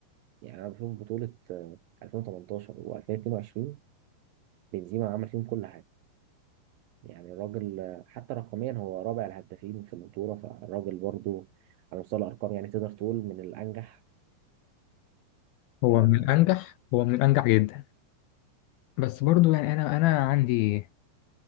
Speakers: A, on the right; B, on the left.
A: يعني أنا بشوف بطولة آه، 2018 و2022 بنزيما عمل فيهم كل حاجة يعني الراجل آه، حتى رقميا هو رابع الهدافين في البطولة فالراجل برضو على مستوى الأرقام يعني تقدر تقول من الأنجح
B: هو
A: آه،
B: من الأنجح هو من الأنجح جدا بس برضو يعني انا انا عندي